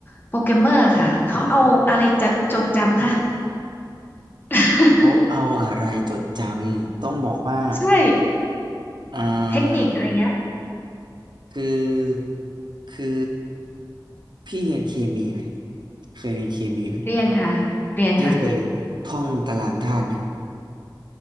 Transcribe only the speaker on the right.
เขาเอาอะไรจดจำต้องบอกว่า
อ่
าคือคือพี่เรียนเคมีไหมเคยเรียนเคมีไหม
พี่เคยท่องตารางธาตุไหม